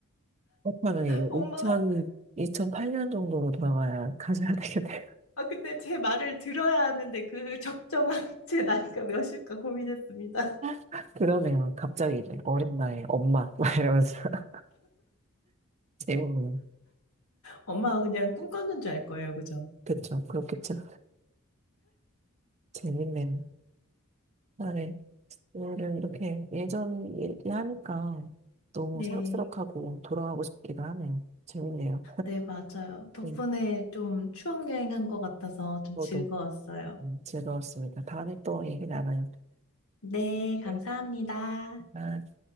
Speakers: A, on the right; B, on the left.
A: 그렇다면 이거
B: 엄마가
A: 2 0 0 2 0 8년 정도로 돌아가야 가셔야 되겠네요.
B: 아 근데 제 말을 들어야 하는데 그 적정한 <laughs> 제 나이가 몇일까 고민했습니다.
A: <laughs> 그러네요. 갑자기 이제 어린 나이에 엄마, 막 이러면서. <laughs> 재밌네요.
B: 엄마가 그냥 꿈꿨는 줄 알 거예요, 그죠?
A: 그쵸. 그렇겠죠. 재밌네요. 아, 네. 오늘은 이렇게 예전 얘기하니까 너무
B: 네.
A: 새록새록하고 돌아가고 싶기도 하네요. 재밌네요.
B: 네, 맞아요. 덕분에
A: 네.
B: 좀 추억 여행한 것 같아서 좀
A: 저도
B: 즐거웠어요.
A: 음, 즐거웠습니다. 다음에 또 얘기 나눠요.
B: 네, 감사합니다.
A: 네. 아.